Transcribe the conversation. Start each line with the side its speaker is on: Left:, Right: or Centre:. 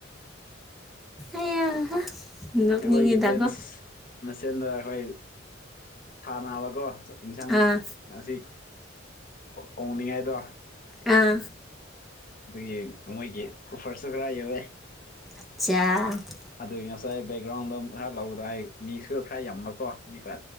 Centre: ꯑꯌꯥ ꯅꯣꯛꯅꯤꯡꯉꯤꯗꯀꯣ
Left: ꯑꯩꯈꯣꯏꯒꯤ ꯐꯦꯟꯁ ꯃꯁꯦꯟꯗ ꯈꯣꯏ ꯊꯥꯅꯕꯀꯣ ꯌꯦꯟꯁꯥꯡ
Centre: ꯑꯥ
Left: ꯉꯁꯤ ꯀꯣꯡꯅꯤꯡꯉꯥꯏꯗꯣ
Centre: ꯑꯥ
Left: ꯑꯗꯨꯒꯤ ꯃꯣꯏꯒꯤ ꯑꯣꯐꯔꯁꯨ ꯈꯔ ꯌꯧꯑꯦ
Centre: ꯑꯆꯆꯥ
Left: ꯑꯗꯨꯒꯤ ꯉꯁꯥꯏ ꯕꯦꯛꯒ꯭ꯔꯥꯎꯟꯗ ꯈꯔ ꯂꯧꯕꯗ ꯑꯩ ꯃꯤꯁꯨ ꯈꯔ ꯌꯥꯝꯃꯀꯣ ꯃꯤ ꯈꯔ